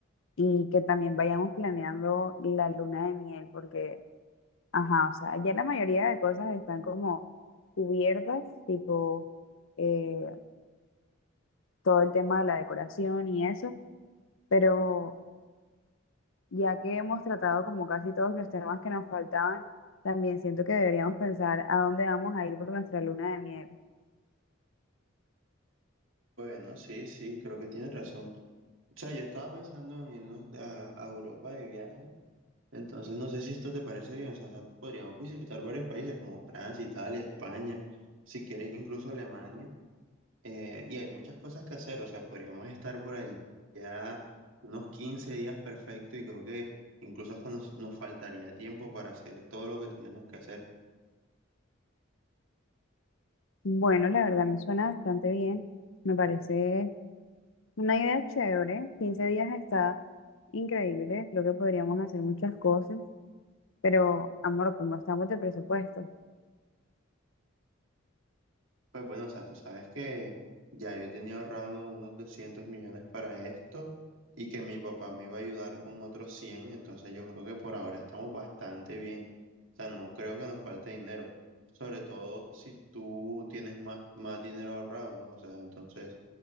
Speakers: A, on the left; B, on the right.
A: y que también vayamos planeando la luna de miel, porque, ajá, o sea, ya la mayoría de cosas están como cubiertas, tipo eh, todo el tema de la decoración y eso, pero... ya que hemos tratado como casi todos los temas que nos faltaban, también siento que deberíamos pensar a dónde vamos a ir por nuestra luna de miel.
B: Bueno, sí, sí, creo que tienes razón. O sea, yo estaba pensando en irnos a, a Europa de viaje, entonces no sé si esto te parece bien, o sea, podríamos visitar varios países como Francia, Italia, España, si quieres incluso Alemania, eh, y hay muchas cosas que hacer, o sea, podríamos estar por allá unos 15 días perfecto y creo que incluso hasta nos, nos faltaría tiempo para hacer todo lo que tenemos que hacer.
A: Bueno, la verdad me suena bastante bien, me parece una idea chévere, 15 días está increíble, creo que podríamos hacer muchas cosas, pero amor, ¿cómo estamos de presupuesto?
B: Pues bueno, o sea, tú sabes que ya yo tenía ahorrado unos 200 millones para esto y que mi papá me iba a ayudar con otros cien entonces yo creo que por ahora estamos bastante bien. O sea, no creo que nos falte dinero, sobre todo si tú tienes más, más dinero ahorrado, ¿no? O sea, entonces